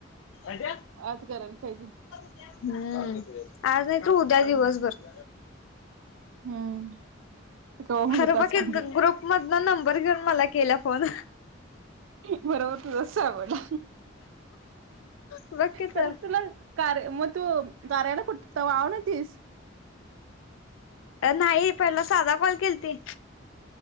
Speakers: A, on the left; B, on the right.
A: अजा
B: आज करायला पाहिजे.
A: हम्म आज नाही तर उद्या दिवसभर
B: हम्म ते
A: खरं
B: क टस
A: बघ की
B: <inaudible>
A: ग्रुप मधन नंबर घेऊन मला केला फोन.
B: बरोबर तुझ आवला
A: बघ की
B: खरंच
A: तर
B: तुला <unintelligible> कार मग तू गार्याला कुठ तव ना तस <unintelligible>
A: नाही पहिला साधा कॉल केलती.